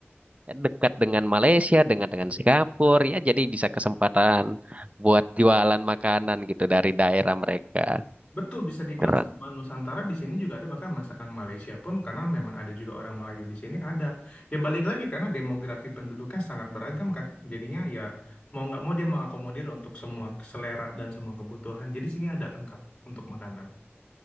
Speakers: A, on the right (about 30°); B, on the left (about 20°).
A: dekat dengan Malaysia, dengan dengan Singapura, ya jadi bisa kesempatan buat jualan makanan gitu dari daerah mereka.
B: Betul bisa dibilang
A: Keren.
B: semua Nusantara di sini juga ada bahkan masakan Malaysia pun karena memang ada juga orang Melayu di sini ada. Ya balik lagi karena demografi penduduknya sangat beragam kan. Jadinya ya mau nggak mau dia mengakomodir untuk semua selera dan semua kebutuhan. Jadi sini ada lengkap untuk makanan